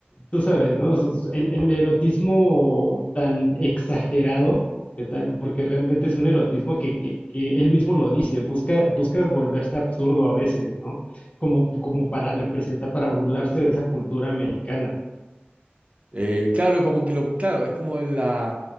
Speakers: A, on the left; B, on the right.
A: tú sabes, ¿no? Es- es El, el erotismo tan exagerado, que tan- porque realmente es un erotismo que, que- que él mismo lo dice, busca, busca volverse absurdo a veces, ¿no? Como, como para representar, para burlarse de esa cultura americana.
B: eh, claro, como que lo, claro, es como la,